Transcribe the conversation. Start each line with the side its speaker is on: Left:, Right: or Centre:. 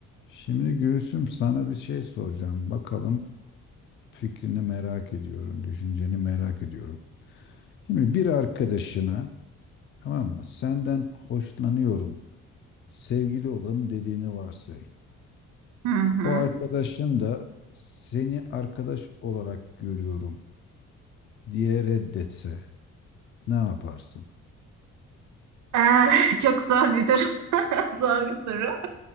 Left: Şimdi Gülsüm sana bir şey soracağım. Bakalım fikrini merak ediyorum, düşünceni merak ediyorum. Şimdi bir arkadaşına tamam mı? Senden hoşlanıyorum, sevgili olalım dediğini varsay.
Right: Hı hı.
Left: O arkadaşın da seni arkadaş olarak görüyorum diye reddetse ne yaparsın?
Right: Eh, <laughs> çok zor bir durum. <laughs> Zor bir soru.